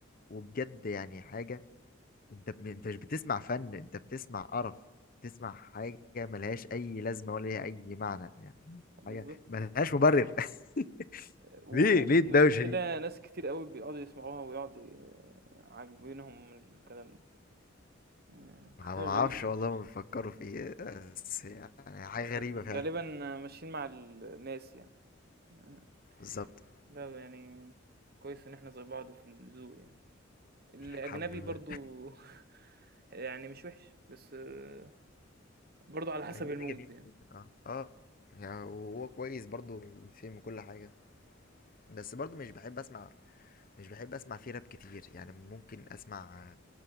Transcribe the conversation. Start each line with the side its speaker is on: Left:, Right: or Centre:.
Left: وبجد يعني حاجه انت ب... انت مش بتسمع فن انت بتسمع قرف بتسمع حاجه ملهاش اي لازمه ولا ليها اي معنى يعني
Right: <laughs>
Left: حاجه
Right: بالضبط.
Left: ملهاش مبرر <laughs>
Right: و-
Left: ليه
Right: ومشكلة
Left: ليه الدوشة دي
Right: ناس كتير قوي بيقعدوا يسمعوها ويقعدوا ي- عاجبينهم الكلام ده آه،
Left: ما
Right: حاجة
Left: ما
Right: غريبة
Left: اعرفش والله ما بيفكروا في ايه بس يعني حاجه غريبه
Right: غ-
Left: فعلا
Right: غالبا ماشيين مع الناس يعني آه،
Left: بالظبط
Right: لا يعني كويس ان احنا زي بعض في الذوق يعني الاجنبي
Left: الحمد لله
Right: برضو <laughs> يعني مش وحش بس آه، برضو على حسب
Left: الاجنبي
Right: المود
Left: جميل
Right: يعني
Left: جدا اه اه يعني وهو كويس برضو بيفهم كل حاجه بس برضو مش بحب اسمع مش بحب اسمع فيه راب كتير يعني ممكن اسمع